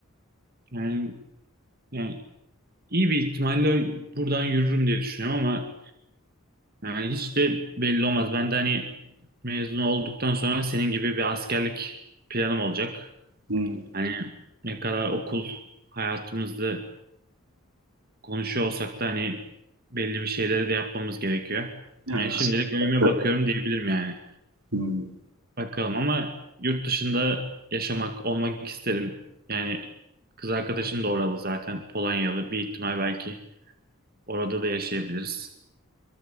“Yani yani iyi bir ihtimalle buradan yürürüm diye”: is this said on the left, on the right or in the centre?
Right